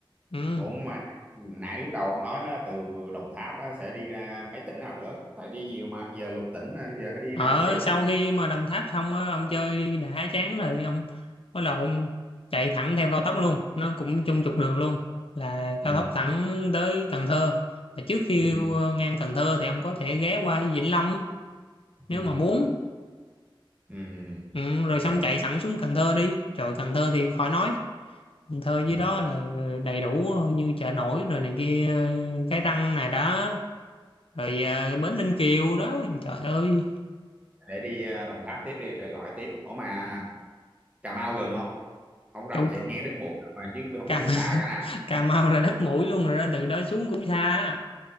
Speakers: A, on the left; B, on the right.
A: ừ.
B: ổn mà nãy lúc đầu ông nói là từ Đồng Tháp á, sẽ đi ra mấy tỉnh nào nữa tại đi nhiều mà giờ lục tỉnh mà, giờ phải đi
A: ở
B: nào tiếp
A: sau
B: á?
A: khi mà Đồng Tháp xong á ông chơi đã chán rồi ông bắt đầu ông chạy thẳng theo cao tốc luôn nó cũng chung trục đường luôn là
B: ừ.
A: cao tốc thẳng tới Cần Thơ mà trước khi
B: Ừ.
A: ngang Cần Thơ thì ông có thể ghé qua Vĩnh Long nếu
B: Ừ.
A: mà muốn
B: Ừ.
A: ừ,
B: ok
A: rồi xong chạy thẳng xuống Cần Thơ đi trời Cần Thơ thì khỏi nói Cần Thơ dưới
B: ừ.
A: đó là đầy đủ như chợ nổi rồi này kia cái răng này đó rồi ờ, bến Ninh Kiều đó trời ơi
B: để đi ờ, Đồng Tháp tiếp đi rồi gọi tiếp ủa mà Cà Mau gần không không rành
A: châu
B: thiệt nghe đứt mũi mà chứ không biết
A: Cà, <laughs>
B: nó xa cả nào
A: Cà Mau là đất mũi luôn rồi đó từ đó xuống cũng xa á.